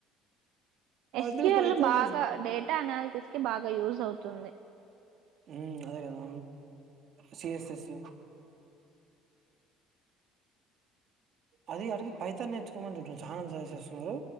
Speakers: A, on the right; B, on the right.
A: ఎస్క్యూల్
B: అందరూ పైథాన్
A: బాగా డేటా అనాలిసిస్ కి బాగా ఇ యూజ్ అవుతుంది
B: మ్ అదే కదా సిఎస్ఎస్ అది అడిగ పైతాన్ని నేర్చుకోమని చాలా సజెస్ చేస్తున్నారు,